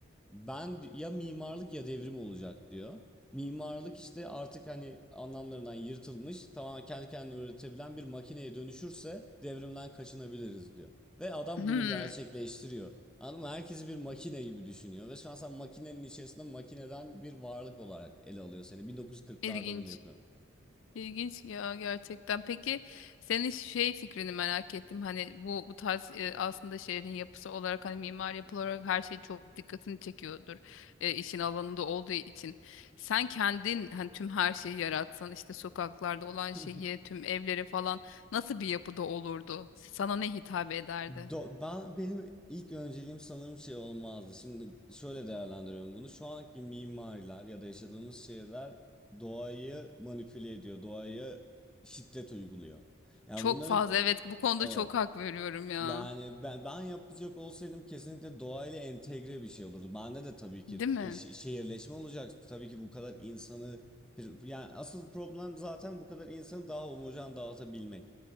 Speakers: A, in the centre; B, on the left.
A: Ben ya mimarlık ya devrim olacak diyor. Mimarlık işte artık hani anlamlarından yırtılmış, tamamen kendi kendine üretebilen bir makineye dönüşürse devrimden kaçınabiliriz diyor. Ve adam
B: Hmm,
A: bunu gerçekleştiriyor. Anladın mı? Herkesi bir makine gibi düşünüyor. Ve şu an sen makinenin içerisinde makineden bir varlık olarak ele alıyor seni. 1940'larda
B: ilginç.
A: bunu yapıyor.
B: İlginç ya gerçekten. Peki senin şey fikrini merak ettim. Hani bu bu tarz e, aslında şehrin yapısı olarak hani mimar yapı olarak her şey çok dikkatini çekiyordur. E, işin alanında olduğu için. Sen kendin hani tüm her şeyi yaratsan işte sokaklarda olan şeyi,
A: <laughs>
B: tüm evleri falan nasıl bir yapıda olurdu? Sana ne hitap ederdi?
A: Do- ben benim ilk önceliğim sanırım şey olmazdı. Şimdi şöyle değerlendiriyorum bunu. Şu anki mimariler ya da yaşadığımız şehirler doğayı manipüle ediyor, doğaya şiddet uyguluyor. Yani
B: Çok
A: bunların
B: fazla evet bu konuda
A: evet.
B: çok hak veriyorum ya.
A: Yani ben, ben yapacak olsaydım kesinlikle doğayla entegre bir şey olurdu. Bende de tabii ki
B: Değil mi?
A: e, şe- şehirleşme olacak. Tabii ki bu kadar insanı bir- yani asıl problem zaten bu kadar insanı daha homojen dağıtabilmek.